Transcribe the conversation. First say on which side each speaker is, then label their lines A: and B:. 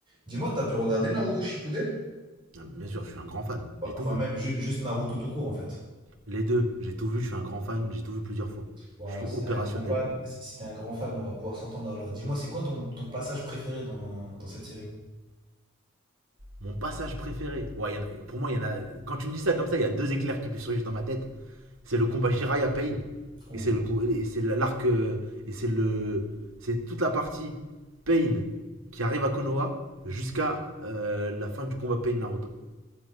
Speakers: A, on the right; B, on the right.
A: Dis-moi, t'as pu regarder Naruto Shippuden?
B: Bien sûr, je suis un grand fan.
A: Enfin,
B: J'ai tout
A: enfin,
B: vu.
A: même ju- juste Naruto tout court en fait.
B: Les deux, j'ai tout vu. Je suis un grand fan. J'ai tout vu plusieurs fois.
A: Bon,
B: Je
A: alors
B: suis
A: si
B: opérationnel.
A: t'es un grand fan, si si t'es un grand fan, on va pouvoir s'entendre alors. Dis-moi, c'est quoi ton, ton passage préféré dans, dans cette série?
B: Mon passage préféré. Ouais, y en a- pour moi, il y en a. Quand tu me dis ça comme ça, il y a deux éclairs qui puissent surgir dans ma tête. C'est le combat Jiraiya Pain
A: Ouh.
B: Et c'est le et c'est l'arc euh, et c'est le c'est toute la partie Pain qui arrive à Konoha jusqu'à euh, la fin du combat Pain Naruto.